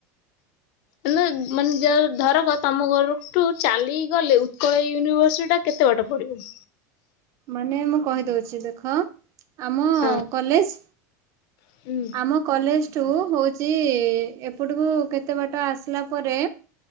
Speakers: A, on the left; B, on the right.
A: ନେ-ମାନେ ଯାର ଧରକ ତୋମ ଘରଠୁ ଚାଲିକି ଗଲେ ଉତ୍କଳ ୟୁନିଭର୍ସିଟି ଟା କେତେ ବାଟ ପଡିବ?
B: ମାନେ ମୁଁ କହିଦଉଛି ଦେଖ ଆମ
A: ହଁ।
B: କଲେଜ୍
A: ହୁଁ।
B: ଆମ କଲେଜ ଠୁ ହଉଚି ଏପଟକୁ କେତେ ବାଟ ଆସିଲା ପରେ